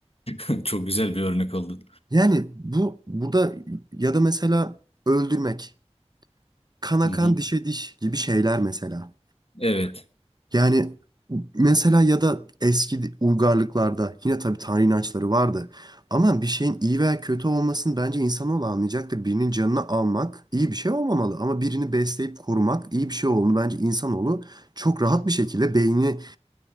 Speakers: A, on the left (about 60°); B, on the right (about 35°).
A: <laughs> Çok güzel bir örnek oldu.
B: Yani bu burada ya da mesela öldürmek, kana
A: Hı hı.
B: kan dişe diş gibi şeyler mesela.
A: Evet.
B: Yani mesela ya da eski uygarlıklarda yine tabii tanrı inançları vardı. Ama bir şeyin iyi veya kötü olmasını bence insanoğlu anlayacaktır. Birinin canını almak iyi bir şey olmamalı. Ama birini besleyip korumak iyi bir şey olduğunu bence insanoğlu çok rahat bir şekilde beynini